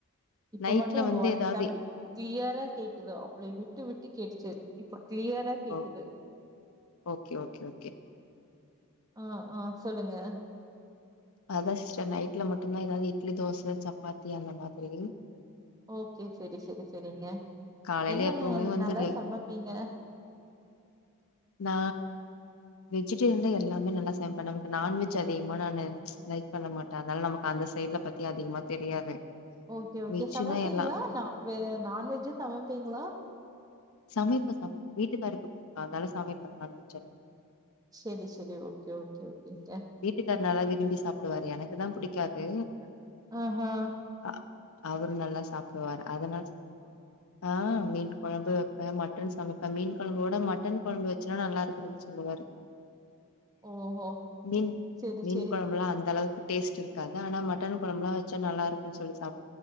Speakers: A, on the right; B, on the left.
A: இப்ப
B: நைட்ல
A: மட்டு உங்க
B: வந்து
A: வாய்ஸ்
B: ஏதாவது
A: செம் க்ளியரா கேக்குது அப்லே விட்டு விட்டு கேட்டுச்சு இப்ப க்ளியரா கேக்குது
B: ஓ ஓகே ஓகே ஓகே
A: ஆ ஆ சொல்லுங்க
B: அதா சிஸ்டர் நைட்ல மட்டுந்தா ஏதாவ்து இட்லி தோச சப்பாத்தி அந்த மாத்ரி
A: ஓகே செரி செரி செரிங்க
B: காலையில
A: என்னன்ன
B: எப்பவுமே வந்து
A: நல்லா சமப்பீங்க
B: நா வெஜிடேரின்ல எல்லாமே நல்லா சமைப்பே நமக்கு நான்வெஜ் அதிகமா நானு லைக் பண்ண மாட்ட அதனால நமக்கு அந்த சை ட்ல பத்தி அதிகமா தெரியாது
A: ஓகே ஓகே
B: வெஜ்ஜுனா
A: சமப்பீங்ளா
B: எல்லா
A: நா வே நான்வெஜ்ஜே சமப்பீங்ளா
B: சமைப்பே சமை <inaudible> வீட்டுக்காருக்கு <inaudible> அதனால சமைப்பே நான்வெஜ்ஜே
A: செரி செரி ஓகே ஓகே ஓகேங்க
B: ம் வீட்டுக்காரு நல்லா விரும்பி சாப்டுவாரு எனக்குதா
A: <inaudible>
B: புடிக்காது
A: ஆ ஆ
B: அ அவரு நல்லா சாப்டுவாரு அதனா <inaudible> ஆ மீன் கொழம்பு வெப்பே மட்டன் சமைப்பே மீன் கொழம்பவுட மட்டன் கொழம்பு வெச்சன்னா நல்லாருக்குதுன் சொல்லுவாரு
A: ஓஹோ!
B: மீன்
A: சரி,
B: மீன்
A: சரி.
B: கொழம்பெல்லா அந்தளவுக்கு டேஸ்ட் இருக்காது ஆனா ம ட்டன் கொழம்பெல்லா வெச்சா நல்லாருக்குன் சொல்லி சாப்